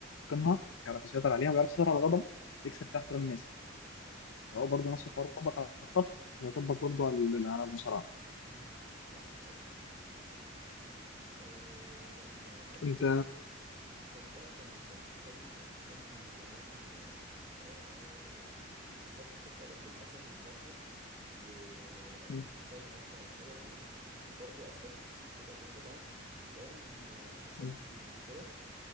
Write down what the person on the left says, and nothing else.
يتقنها يعرف يسيطر عليها ويعرف يسيطر على الغضب يكسب تحت احترام الناس
سواء برضو نفس الحوار يطبق على الطبخ ويطبق برضو على على المصارعه
انت
مم.
مم.